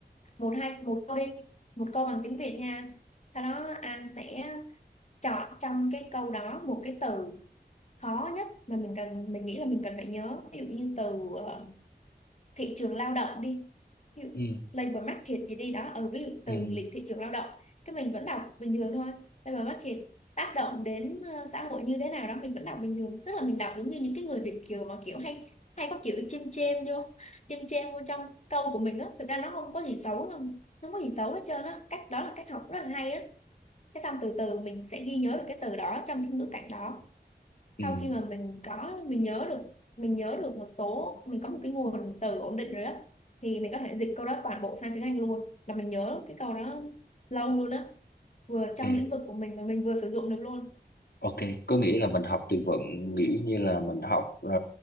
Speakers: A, on the left (about 40°); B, on the left (about 60°).
A: một hai một câu đi một câu bằng tiếng Việt nha sau đó anh sẽ chọn trong cái câu đó một cái từ khó nhất mà mình cần mình nghĩ là mình cần phải nhớ ví dụ như từ ờ, thị trường lao động đi ví dụ
B: ừ,
A: labor market gì đi đó ở ví dụ
B: ừ,
A: từ lý- thị trường lao động cái mình vẫn đọc bình thường thôi labor market tác động đến ờ, xã hội như thế nào đó mình vẫn đọc bình thường tức là mình đọc giống như những cái người Việt kiều mà kiểu hay hay có kiểu chêm chêm vô chêm chêm vô trong câu của mình á thực ra nó không có gì xấu không nó không có gì xấu hết trơn á cách đó là cách học rất là hay á cái xong từ từ mình sẽ ghi nhớ được cái từ đó trong cái ngữ cảnh đó sau
B: ừ. ừ,
A: khi mà mình có mình nhớ được mình nhớ được một số mình có một cái nguồn từ ổn định rồi á thì mình có thể dịch câu đó toàn bộ sang tiếng Anh luôn là mình nhớ cái câu đó lâu luôn á vừa trong
B: ok.
A: lĩnh vực của mình mà mình vừa sử dụng được luôn
B: Ok, có nghĩa là mình học từ vựng, nghĩa như là mình học ờ,